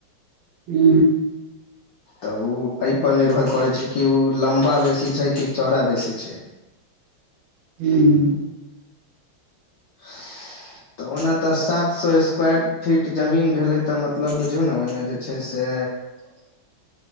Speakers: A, on the right; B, on the left.
A: हू
B: तऽ ओ एहिपर निर्भर करै छै कि ओ लम्बा बेसी छै कि चौड़ा बेसी छैय
A: हू हू
B: <inaudible> तऽ ओना तऽ सात सौ स्क्वायर फीट जमीन भेलै तऽ मतलब बुझियौ न ओहिमे जे छै से
A: <unintelligible>